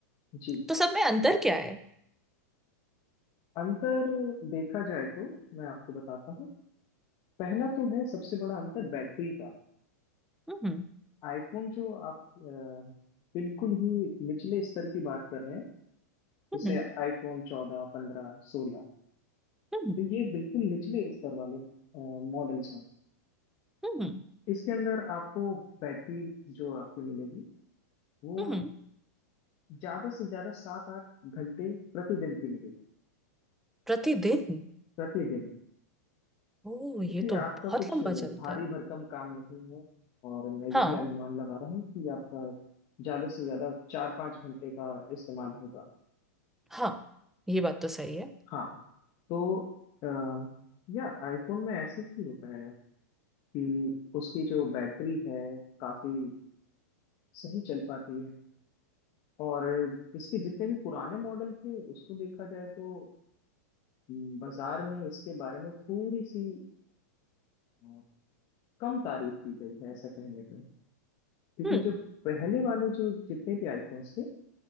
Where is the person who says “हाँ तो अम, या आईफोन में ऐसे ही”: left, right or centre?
Left